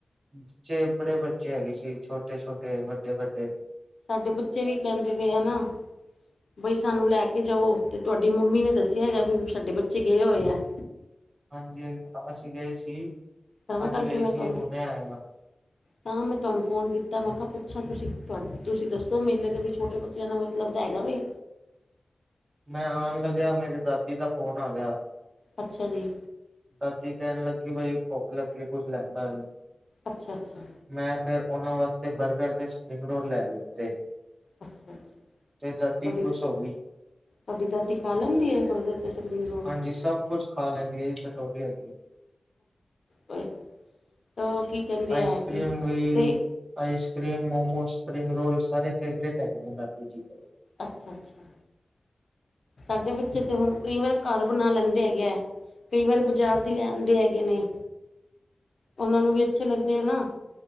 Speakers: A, on the right (about 55°); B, on the left (about 65°).
A: ਬੱਚੇ ਬੜੇ ਬੱਚੇ ਹੈਗੇ ਸੀ ਛੋਟੇ ਛੋਟੇ, ਵੱਡੇ ਵੱਡੇ
B: ਸਾਡੇ ਬੱਚੇ ਵੀ ਕਹਿੰਦੇ ਪਏ ਆ ਨਾ ਬਈ ਸਾਨੂੰ ਲੈ ਕੇ ਜਾਓ ਤੇ ਤੁਹਾਡੀ ਮੰਮੀ ਨੇ ਦੱਸਿਆ ਹੈਗਾ ਵੀ ਸਾਡੇ ਬੱਚੇ ਗਏ ਹੋਏ ਹੈ।
A: ਹਾਂਜੀ ਅਸੀਂ ਗਏ ਸੀ
B: ਤਾਂ
A: ਅੱਜ
B: ਕਰਕੇ
A: ਗਏ
B: ਮੈਂ ਤੁਹਾਨੂੰ
A: ਸੀ ਹੁਣੇ ਆਏ ਹਾਂ,
B: ਤਾਂ ਮੈਂ ਤੁਹਾਨੂੰ ਫੋਨ ਕੀਤਾ ਮੈਂ ਕਿਹਾ ਪੁੱਛਾਂ ਤੁਸੀਂ ਤੁਸੀਂ ਦੱਸੋ ਸੋ ਮੇਲੇ ਤਾਂ ਵੀ ਛੋਟੇ ਬੱਚਿਆਂ ਦਾ ਮਤਲਬ ਹੈਗਾ ਵੈ
A: ਮੈਂ ਆਉਣ ਲੱਗਿਆ ਮੇਰੀ ਦਾਦੀ ਦਾ ਫ਼ੋਨ ਆ ਗਿਆ।
B: ਅੱਛਾ ਜੀ।
A: ਦਾਦੀ ਕਹਿਣ ਲੱਗੀ ਬਈ ਭੁੱਖ ਲੱਗੀ ਕੁਛ ਲੈਂਦਾ ਆਈ।
B: ਅੱਛਾ- ਅੱਛਾ
A: ਮੈਂ ਫਿਰ ਉਹਨਾਂ ਵਾਸਤੇ ਬਰਗਰ ਤੇ ਸਪਰਿੰਗ ਰੋਲ ਲੈ ਲੀਤੇ।
B: ਅੱਛਾ ਅੱਛਾ
A: ਤੇ ਦਾਦੀ
B: ਤੁਹਾਡੀ
A: ਖ਼ੁਸ਼ ਹੋ ਗਈ।
B: ਤੁਹਾਡੀ ਦਾਦੀ ਖਾ ਲੈਂਦੀ ਹੈ ਬਰਗਰ <unintelligible>
A: ਹਾਂਜੀ ਸਭ ਕੁੱਝ ਖਾ ਲੈਂਣ ਚਟੋਰੀ ਹੈਗੀ।
B: ਉਹ ਕੀ ਕਹਿੰਦੇ
A: ਆਈਸ
B: ਆ
A: ਕਰ੍ਰੀਮ
B: ਕਿ
A: ਵੀ
B: ਅਤੇ
A: ice cream momos spring roll ਸਾਰੇ ਫੇਵਰਟ ਹੈਗੇ ਨੇ ਦਾਦੀ ਜੀ ਦੇ
B: ਅੱਛਾ- ਅੱਛਾ ਸਾਡੇ ਬੱਚੇ ਤੇ ਹੁਣ ਕਈ ਵਾਰ ਘਰ ਬਣਾ ਲੈਂਦੇ ਹੈਗੇ ਆ ਕਈ ਵਾਰ ਬਾਜ਼ਾਰ ਤੇ ਲਿਆਂਦੇ ਹੈਗੇ ਨੇ ਉਹਨਾਂ ਨੂੰ ਵੀ ਅੱਛੇ ਲੱਗਦੇ ਆ ਨਾ।